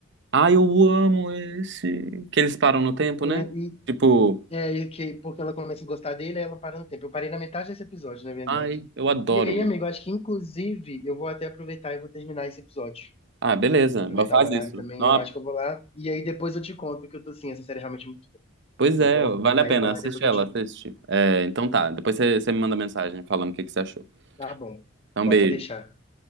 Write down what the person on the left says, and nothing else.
É,
e
é, que, porque ela começa a gostar dele, ela para no tempo. Eu parei na metade desse episódio, na verdade.
E aí,
amigo, acho que inclusive eu vou até aproveitar e vou terminar esse episódio.
Vou aproveitar
o horário
também,
eu acho que eu vou lá. E aí depois eu te conto que eu tô assim, essa série é realmente muito
Eu
vou aproveitar
e eu vou lá
e depois
eu te.
Tá bom,
pode
deixar.